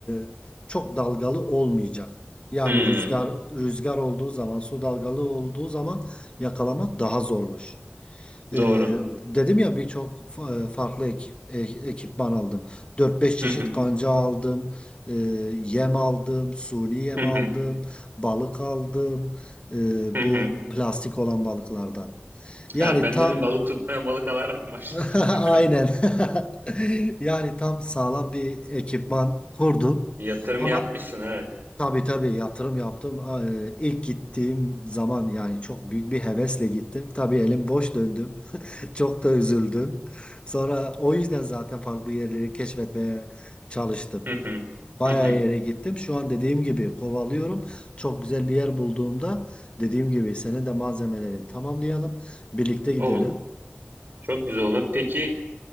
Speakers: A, on the left; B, on the right.
A: e, çok dalgalı olmayacak. Yani
B: Hı.
A: rüzgar rüzgar olduğu zaman, su dalgalı olduğu zaman yakalamak daha zormuş. E,
B: Doğru.
A: Hmm. dedim ya birçok fa- e, farklı ekip, e- ekipman aldım. Dört beş çeşit
B: Hı hı.
A: kanca aldım, e, yem aldım, suni yem
B: Hı
A: aldım,
B: hı.
A: balık aldım, e,
B: Hı
A: bu
B: hı.
A: plastik olan balıklardan. Yani
B: Ya ben
A: ta
B: dedim balık tutmaya balık alarak mı başladın?
A: <laughs> Aynen.
B: <laughs>
A: <laughs> Yani tam sağlam bir ekipman kurdum.
B: Yatırım
A: Ama
B: yapmışsın evet.
A: tabii tabii yatırım yaptım. Ee, İlk gittiğim zaman yani çok büyük bir hevesle gittim. Tabii elim boş döndüm. <laughs> Çok da üzüldüm. Sonra o yüzden zaten farklı yerleri keşfetmeye çalıştım.
B: Hı hı.
A: Bayağı
B: Hı hı.
A: yere gittim. Şu an dediğim gibi kovalıyorum. Çok güzel bir yer bulduğumda dediğim gibi senin de malzemeleri tamamlayalım. Birlikte gidelim.
B: Olur. Çok güzel olur. Peki